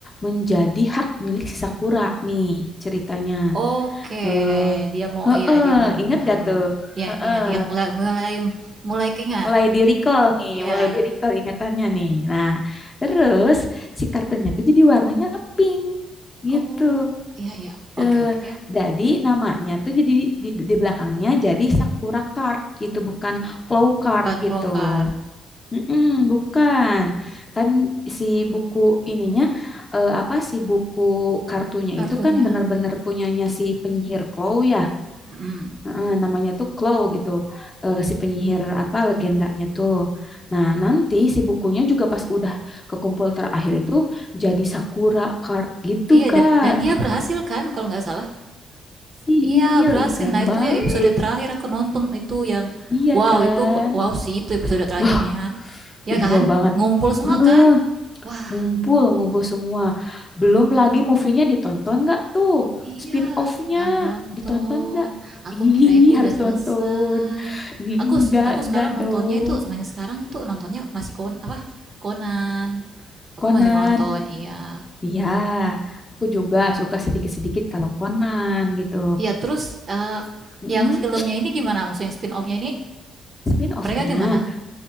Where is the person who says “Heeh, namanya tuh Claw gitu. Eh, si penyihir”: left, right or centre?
Left